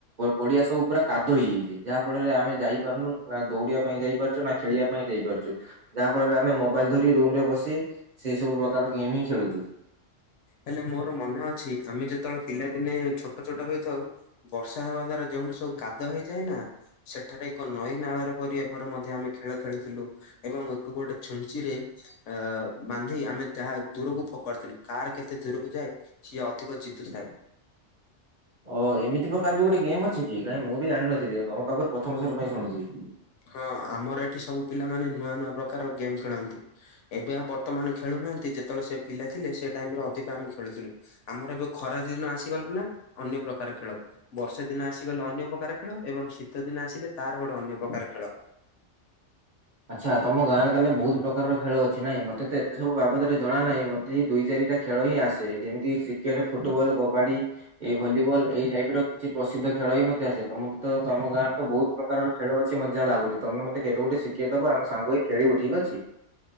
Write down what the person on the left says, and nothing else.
ହେଲେ ମୋର ମନେ ଅଛି ଆମେ ଯେତେବେଳେ ପିଲାଦିନେ ଛୋଟ ଛୋଟ ହେଇଥାଉ। ବର୍ଷା ହେବା ଦ୍ୱାରା ଯେଉଠି ସବୁ କାଦ ହେଇଯାଏନା ସେଠାରେ ଏକ ନଈ ନାଳର ପରିବା ପରେର ମଧ୍ୟ ଆମେ ଖେଳ ଖେଳୁଥିଲୁ ଏବଂ ଏକ ଗୋଟେ ଛୁଞ୍ଚି ରେ ଅ ବାନ୍ଧି ଆମେ ତାହା ଦୂରକୁ ଫୋପଡୁଥିଲୁ। କାହାର କେତେ ଦୂରକୁ ଯାଏ ସିଏ ଅଧିକ ଜିତୁଥାଏ।
ହଁ ଆମର ଏଠି ସବୁ ପିଲାମାନେ ନୂଆ ନୂଆ ପ୍ରକାର ଗେମ୍ ଖେଳନ୍ତି। ଏବେ ଆଉ ବର୍ତ୍ତମାନ ଖେଳୁନାହାନ୍ତି ଯେତେବେଳେ ସେ ପିଲା ଥିଲେ ସେ ଟାଇମରେ ଅଧିକ ଆମେ ଖେଳୁଥିଲୁ। ଆମର ଏବେ ଖରା ଦିନ ଆସିଗଲା ନା ଅନ୍ୟ ପ୍ରକାର ଖେଳ ବର୍ଷେ ଦିନ ଆସିଗଲେ, ଅନ୍ୟ ପ୍ରକାର ଖେଳ ଏବଂ ଶୀତ ଦିନ ଆସିଲେ, ତାର ଗୋଟେ ଅନ୍ୟ ପ୍ରକାର ଖେଳ।